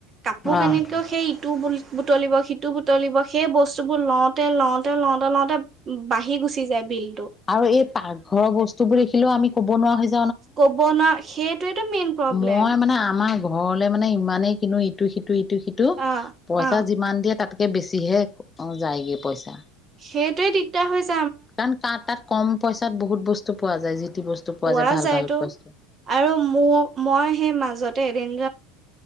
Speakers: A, on the right; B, on the left.
A: কাপোৰ
B: আৰু
A: কানিতকৈও সেই ইটো বুলি বুটলিব সিটো বুটলিব সেই বস্তুবোৰ লওঁতে লওঁতে লওঁতে লওঁতে বাঢ়ি গুচি যায় বিল
B: আৰু এই পাকঘৰৰ বস্তু বোৰ দেখিলেও আমি ক'ব নোৱাৰা হৈ যাও
A: ক'ব ন সেইটোৱেইতো মেইন প্ৰব্লেম
B: মই মানে আমাৰ ঘৰলে মানে ইমানেই কিনু ইটো সি টো ইটো সিটো
A: অ',
B: পইচা
A: অ',
B: যিমান দিয়ে তাত কে বেছিহে যায়গে পইচা
A: সেইটোৱে দিগদাৰ হৈছে
B: কাৰণ তাত তাত কম পইচাত বহুত বস্তু পোৱা যায় যি টি বস্তু
A: পোৱা
B: যায় ভাল
A: যায়তো
B: ভাল বস্তু।
A: আৰু মো মই সেই মাজতে এদিন